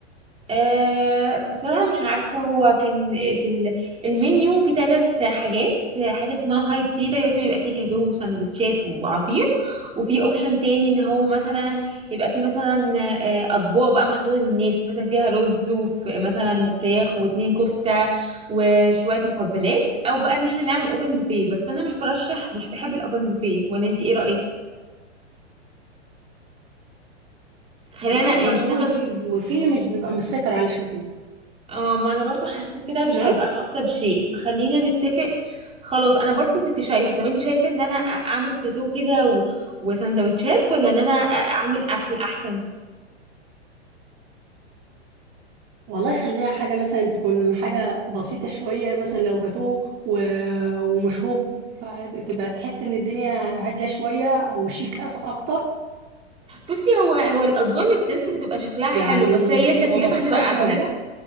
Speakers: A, on the right; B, on the right.
A: أه بصراحة مش عارفة هو كان في ال- المنيو في ثلاث حاجات حاجة اسمها هاي تي ده مثلا بيبقى فيه كاندو وسندوتشات وعصير وفي اوبشن تاني ان هو مثلا يبقى فيه مثلا آه، اطباق بقى محطوطة للناس مثلا فيها رز وف مثلا وفراخ واتنين كفتة وشوية مقبلات او بقى ان احنا نعمل اوبن بوفيه بس انا مش برشح مش بحب الاوبن بوفيه ولا انت ايه رأيك خلينا
B: والله هو
A: يعني
B: الأوبن
A: نشتغل
B: في وفيه مش بيبقى مسيطر عليه شويه
A: اه ما انا برضو حسيت كده مش
B: نعم
A: هيبقى افضل شيء فخلينا نتفق خلاص انا برضو كنت شايفه طب انت شايفه ان انا أ- اعمل تاتو كده و... وسندوتشات ولا ان انا أ- اعمل اكل احسن
B: والله خليها حاجة مثلا تكون حاجة بسيطة شوية مثلا لو جاتوه و... ومشروب فتبقى تحس إن الدنيا هادية شوية أو شيك أس أكتر
A: بصي هو هو الاطباق اللي بتنزل بتبقى شكلها
B: يعني
A: حلو بس هي التكلفه
B: تبقى بسيطة
A: هتبقى
B: شوية
A: اغلى